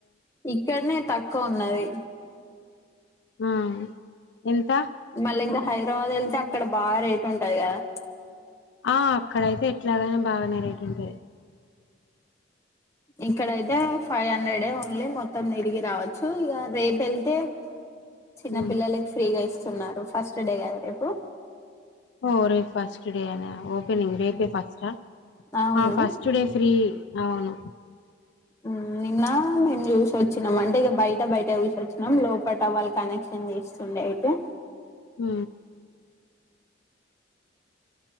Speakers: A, on the left; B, on the left.
A: ఇక్కనే తక్కువ ఉన్నది
B: ఆ ఎంత
A: మళ్ళీ ఇంకా హైదరాబాద్ ఎళ్తే అక్కడ బాగా రేట్ ఉంటది గదా
B: ఆ అక్కడయితే ఎట్లాగైన బాగనే రేటు ఉంటది
A: ఇక్కడయితే ఫైవ్ హండ్రెడ్ డే ఓన్లీ మొత్తం తిరిగి రావచ్చు ఇక రేపే ఎళ్తే చిన్న
B: ఉమ్
A: పిల్లకి ఫ్రీగా ఇస్త న్నారు ఫస్ట్ డే గదా రేపు
B: ఓ రేపు ఫస్ట్ డే నే ఓపెనింగ్ రేపే ఫస్
A: అవును
B: ఆ ఫస్ట్డే ఫ్రీ అవును
A: ఊ నిన్న మేము చూసిొచ్చినాం అంటే ఇక బయట బయట చూసొచ్చినం లోపల వాళ్ళ కనెక్షన్ చేస్తుండే అయితే
B: ఊ